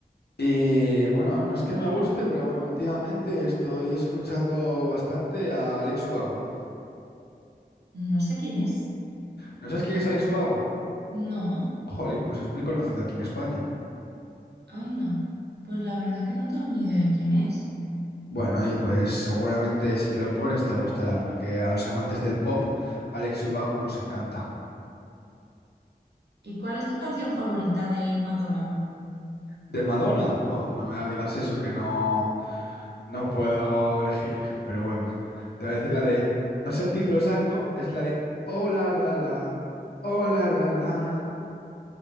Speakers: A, on the left; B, on the right.
A: Y bueno, no es que me guste, pero bueno, últimamente estoy escuchando bastante a Alex Ubago.
B: no sé quién es.
A: ¿No sabes quién es Alex Ubago?
B: No,
A: Jolín, pues es muy conocido aquí en España.
B: anda. Pues la verdad que no tengo ni idea de quién es.
A: Bueno, oye, pues seguramente si te lo pones te gustará, porque a los amantes del pop, Alex Ubago nos encanta.
B: ¿Y cuál es tu canción favorita de Madonna?
A: ¿De Madonna? Buah, no me digas eso, que no, no puedo elegir. Pero bueno, te voy a decir la de, no sé el título exacto, es la de Oh la la la, oh la la la.